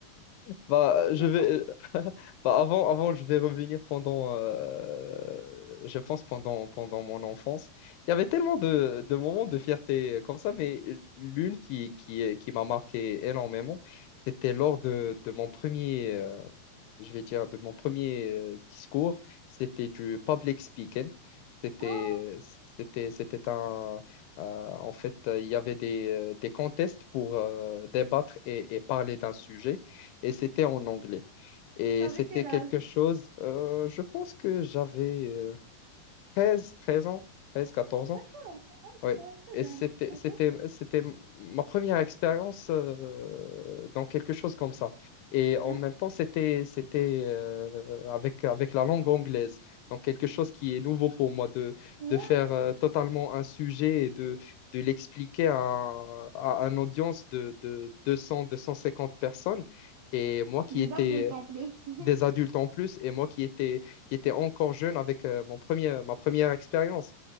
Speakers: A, on the left (about 80°); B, on the right (about 70°).
A: Bah,
B: <laughs> forcément.
A: je vais, <laughs> bah, avant, avant, je vais revenir pendant, euh, je pense pendant, pendant mon enfance. Il y avait tellement de, de moments de fierté euh, comme ça, mais l'une qui, qui, qui m'a marqué énormément, c'était lors de, de mon premier, euh, je vais dire, de mon premier euh, discours, c'était du public speaking. C'était,
B: Oh,
A: c'était, c'était un, euh, en fait, euh, il y avait des, euh, des contests pour euh, débattre et, et parler d'un sujet, et c'était en anglais. Et
B: avec
A: c'était
B: quel
A: quelque
B: âge?
A: chose, euh, je pense que j'avais euh, 13 13 ans, 13 14
B: D'accord.
A: ans.
B: Ah,
A: Oui,
B: c'est quand même très
A: et
B: jeune.
A: c'était,
B: Ok.
A: c'était, c'était ma première expérience euh, dans quelque chose comme ça. Et en
B: Ah,
A: même temps, c'était, c'était euh, avec, avec la langue anglaise. Donc, quelque chose qui est nouveau pour moi, de,
B: ouais.
A: de faire euh, totalement un sujet et de, de l'expliquer à, à une audience de, de deux cents deux cent cinquante personnes. Et moi qui
B: Des
A: étais
B: adultes en plus. <laughs>
A: des adultes en plus, et moi qui étais, qui était encore jeune avec euh, mon premier, ma première expérience.